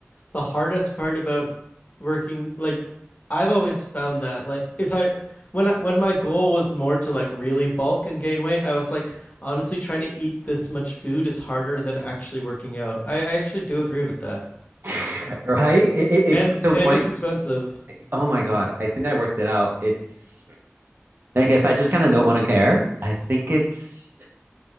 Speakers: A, on the left (about 35°); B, on the right (about 50°).
A: the hardest part about working like I've always found that like if I when I, when my goal was more to like really bulk and gain weight, I was like honestly trying to eat this much food is harder than actually working out. I, I actually do agree with that.
B: <laughs> right? It, it, it
A: And
B: comes to
A: and
B: a point.
A: it's expensive.
B: Oh my God, I think I worked it out. It's like if I just kind of don't want to care, I think it's,